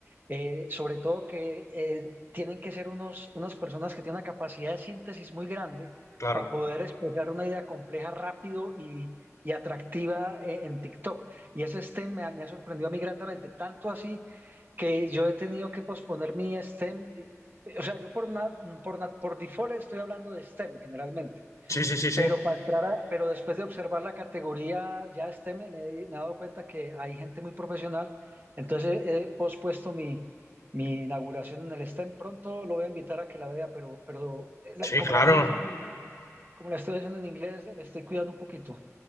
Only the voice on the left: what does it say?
Claro.
Sí, sí, sí, sí.
Sí,
claro.